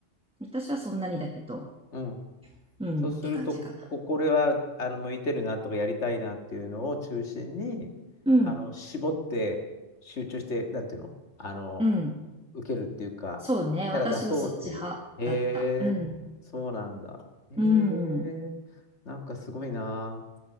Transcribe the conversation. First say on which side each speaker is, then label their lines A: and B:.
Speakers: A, in the centre; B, on the left.
A: 私はそんなにだけど、
B: うん。
A: うん、
B: そうすると、
A: って感じかな。
B: こ、これはあの向いてるなとかやりたいなっていうのを中心に、
A: うん、
B: あの絞って集中して、なんていうのあの、
A: うん。
B: 受けるっていうか、
A: そうね。
B: キャラ出そうっていう。
A: 私はそっち派だった。
B: へえ、
A: うん。
B: そうなんだ。へえ、
A: うん。
B: なんかすごいな。